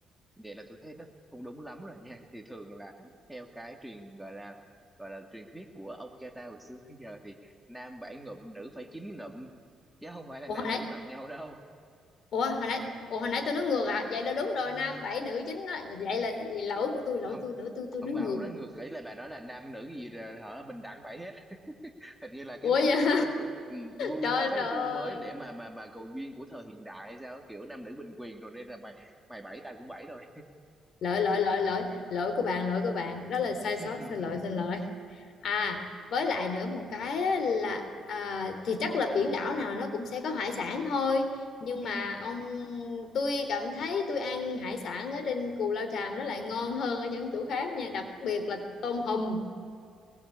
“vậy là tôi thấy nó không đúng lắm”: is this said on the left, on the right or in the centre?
Centre